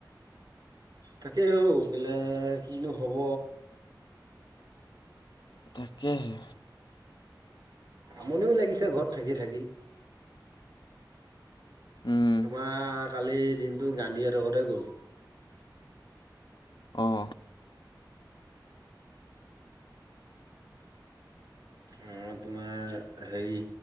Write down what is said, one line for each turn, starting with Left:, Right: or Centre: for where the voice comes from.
Right: তাকেই ও গলে কিনো হ'ব।
Left: তাকেইহে।
Right: আমনিও লাগিছে ঘৰত থাকি থাকি।
Left: উম
Right: তোমাৰ কালি দিনটো গান্ধীহঁতৰ ঘৰতে গ'ল।
Left: অ'।
Right: অ'। তোমাৰ হেৰি